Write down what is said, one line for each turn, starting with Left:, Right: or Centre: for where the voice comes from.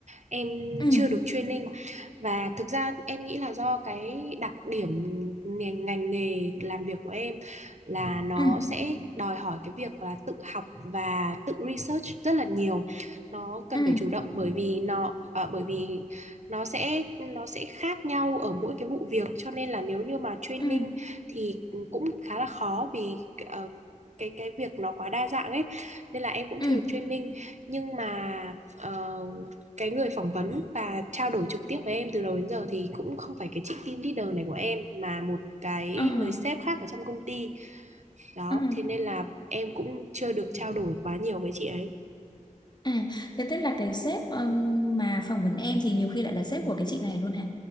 Right: em
Left: Ừ
Right: chưa được training và thực ra em nghĩ là do cái đặc điểm ngành, ngành nghề làm việc của em là nó
Left: ừ
Right: sẽ đòi hỏi cái việc là tự học và tự research rất là nhiều nó cần
Left: ừ
Right: phải chủ động bởi vì nó ờ, bởi vì nó sẽ nó sẽ khác nhau ở mỗi cái vụ việc cho nên là nếu như mà training
Left: ừ
Right: thì cũng khá là khó vì ờ, cái cái việc nó quá đa dạng ấy nên là em cũng
Left: ừ
Right: chưa được training nhưng mà ờ, cái người phỏng vấn và trao đổi trực tiếp với em từ đầu đến giờ thì cũng không phải cái chị team leader này của em mà một cái
Left: ờ, ờ.
Right: người sếp khác ở trong công ty đó
Left: ừ.
Right: thế nên là em cũng chưa được trao đổi quá nhiều với chị ấy
Left: À, thế tức là cái sếp um, mà phỏng vấn em thì nhiều khi lại là sếp của cái chị này luôn hả?